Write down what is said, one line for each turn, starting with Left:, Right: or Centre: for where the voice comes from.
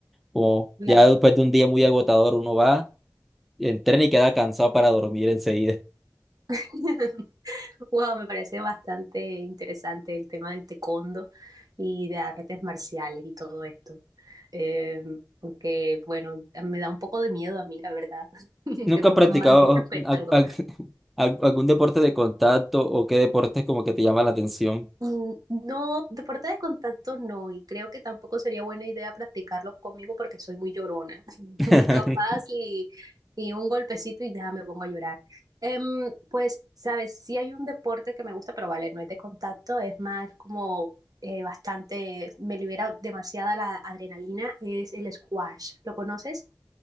Centre: Como
Right: La...
Centre: ya después de un día muy agotador uno va. Entrena y queda cansado para dormir enseguida.
Right: <laughs> Wow, me parece bastante interesante el tema del taekwondo y de artes marciales y todo esto. Eh, aunque, bueno, me da un poco de miedo a mí, la verdad,
Centre: <laughs>
Right: <laughs>
Centre: ¿Nunca
Right: que un
Centre: has practicado
Right: mal golpe,
Centre: a-
Right: algo.
Centre: a- <laughs> al- algún deporte de contacto o qué deportes como que te llama la atención?
Right: Mm, No, deporte de contacto no, y creo que tampoco sería buena idea practicarlo conmigo porque soy muy llorona, <laughs>
Centre: <laughs>
Right: capaz y, y un golpecito y ya me pongo a llorar. Em, pues, sabes, sí hay un deporte que me gusta, pero vale, no es de contacto, es más como eh, bastante, me libera demasiada la adrenalina, es el squash. ¿Lo conoces?